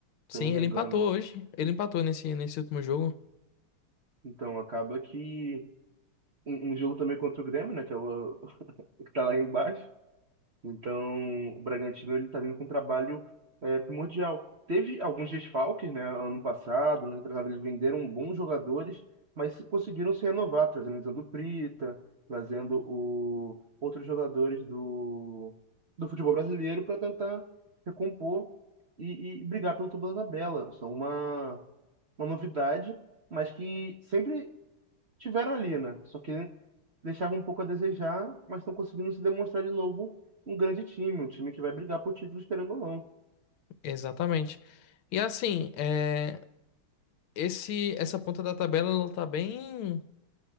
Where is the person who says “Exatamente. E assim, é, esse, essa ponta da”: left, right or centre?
Left